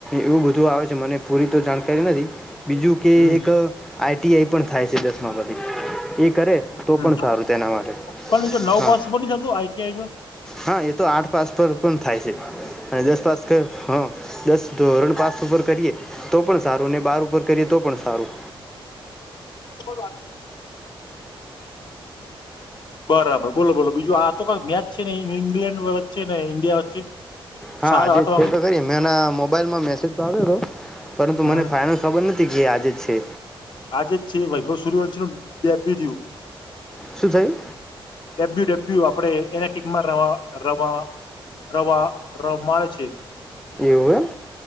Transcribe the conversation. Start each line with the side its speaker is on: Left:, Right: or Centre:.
Centre: એવું બધું આવે છે મને પૂરી તો જાણકારી નથી બીજું કે
Left: હમ
Centre: એક આઈટી આઈ પણ થાય છે દસમા પછી એ કરે. તો
Left: હમ
Centre: પણ સારું તેના માટે હા.
Left: પણ બીજો નવ પોસિબલ નહી થતું આઈટીઆઈ તો
Centre: હા એ તો આઠ પાસ પર પણ થાય છે અને દસ પાસ કર હા દસ ધોરણ પાસ ઉપર કરીએ તો પણ સારું ને બાર ઉપર કરીએ તો પણ સારું.
Left: બ વા <inaudible> બરાબર બોલો બોલો બીજું આ તો કક મેચ છે ને ઇંગ્લેન્ડ વચ્ચે ને ઇન્ડિયા વચ્ચે
Centre: હા
Left: સારો
Centre: આજે
Left: હતો
Centre: છે
Left: વાગે
Centre: તો ખરી મેના મોબાઈલમાં મેસેજ તો આવ્યો હતો પરંતુ
Left: હમ
Centre: મને ફાઈનલ ખબર નથી કે આજે જ છે.
Left: આ જે છે વૈભવ સૂર્યવંશ જેપી થયું.
Centre: શું થયું
Left: ડબ્યુ ડબ્યુ આપડે એના ટીમમાં રવા રવા રવા રમાડે છે.
Centre: એવું એમ